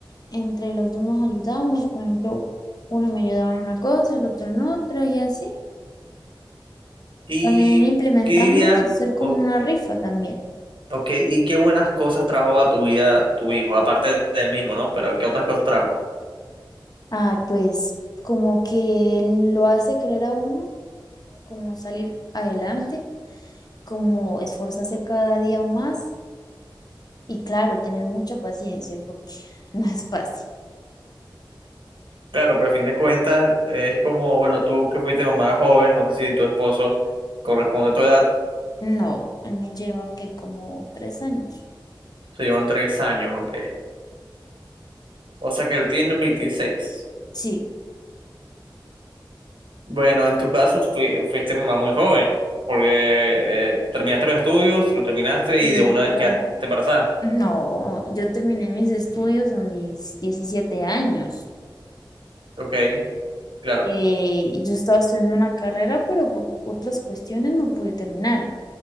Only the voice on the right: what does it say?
¿Y
qué dirías,
o,
o qué- y qué buenas cosas trajo a tu vida tu hijo, aparte del mismo, ¿no? Pero ¿qué otras cosas trajo?
Claro, pero a fin de cuentas es como, bueno, tú que fuiste mamá joven, no sé si tu esposo corresponde a tu edad,
se llevan tres años, ok. O sea que él tiene veintiséis
Bueno, en tu caso fui- fuiste mamá muy joven, porque eh, terminaste los estudios, los terminaste
y de una vez
quedaste embarazada.
Ok, claro,